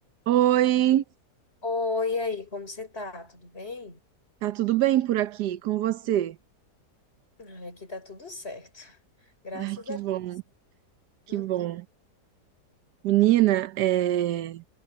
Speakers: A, on the right; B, on the left.
A: Oi,
B: Oi, e aí, como você tá? Tudo bem?
A: tá tudo bem por aqui com você?
B: Ai, Aqui tá tudo certo, <laughs> graças
A: Ai, que
B: a
A: bom,
B: Deus.
A: que
B: Uhum,
A: bom. Menina, é,